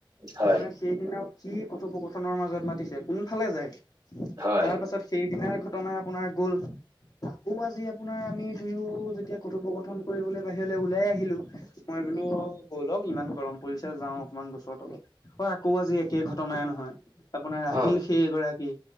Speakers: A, on the right; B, on the left.
A: হয়
B: আপোনাৰ সেইদিনা কি কথোপকথনৰ মাজত মাতিছে কোনফালে যায়
A: হয়
B: তাৰ পাছত সেইদিনাৰ ঘটনা আপোনাৰ গল আকৌ আজি আপোনাৰ আমি দুয়ো যেতিয়া কঠোপকথন কৰিবলৈ গৈ বাহিৰলৈ ওলাই আহিলো মই বোলো বলক ইমান গৰম পৰিছে যাওঁ অকনমান গছৰ তলত অ আকৌ আজি একে ঘটনাই নহয় আপোনাৰ আহিল
A: অ
B: সেইগৰাকী